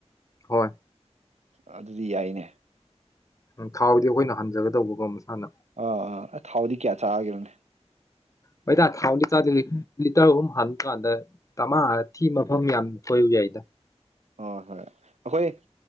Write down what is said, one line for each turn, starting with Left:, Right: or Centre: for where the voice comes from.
Left: ꯍꯣꯏ
Right: ꯑꯗꯨꯗꯤ ꯌꯥꯏꯅꯦ
Left: ꯎ ꯊꯥꯎꯗꯤ ꯑꯩꯈꯣꯏꯅ ꯍꯟꯖꯒꯗꯧꯕꯒꯣ ꯃꯁꯥꯅ
Right: ꯑꯥ ꯑꯥ ꯑꯩ ꯊꯥꯎꯗꯤ ꯀꯌꯥ ꯆꯥꯦꯅꯅꯦ
Left: ꯍꯩ ꯇ ꯊꯥꯎꯂꯤ ꯆ ꯇꯔ ꯑꯍꯨꯝ ꯍꯟ ꯀꯥꯟꯗ ꯇꯃꯥ ꯊꯤ ꯃꯐꯝ ꯌꯥꯝ ꯀꯣꯏꯌꯨ ꯌꯥꯏꯗ
Right: ꯍꯣꯏ ꯍꯣꯏ ꯑꯩꯈꯣꯏ